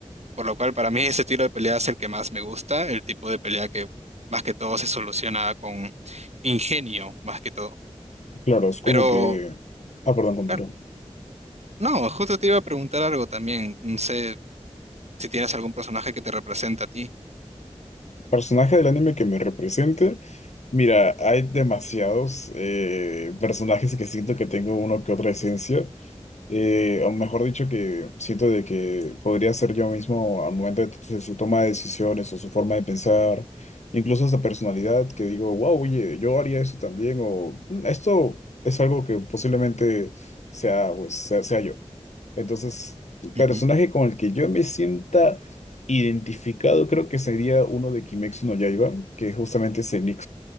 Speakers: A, on the right; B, on the left.
A: Por lo cual, para mí ese estilo de pelea es el que más me gusta, el tipo de pelea que más que todo se soluciona con ingenio, más que todo.
B: claro, es como
A: Pero,
B: que... Ah, perdón, continúo.
A: claro, no, justo te iba a preguntar algo también. No sé si tienes algún personaje que te representa a ti.
B: Personaje del anime que me represente. Mira, hay demasiados eh, personajes que siento que tengo uno que otra esencia. eh, o mejor dicho, que siento de que podría ser yo mismo al momento de su su toma de decisiones o su forma de pensar. Incluso esa personalidad que digo, wow, oye, yo haría eso también. O "Mm, esto es algo que posiblemente sea, pues, sea sea yo. Entonces,
A: Ujú.
B: personaje con el que yo me sienta identificado creo que sería uno de Kimetsu no Yaiba, que justamente es el